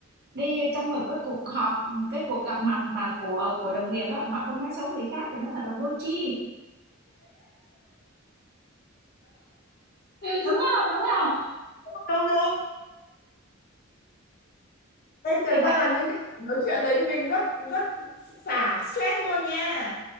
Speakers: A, on the right (about 50°); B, on the left (about 45°).
A: đi trong một cái cuộc họp cái cuộc gặp mặt mà của của đồng nghiệp á mà không nói xấu người khác thì nó thật là vô tri
B: Ừ.
A: đúng không đúng không
B: Đúng đúng. Đây thật
A: thì
B: ra
A: phải
B: là những cái nói chuyện đấy mình rất rất xả stress luôn nha.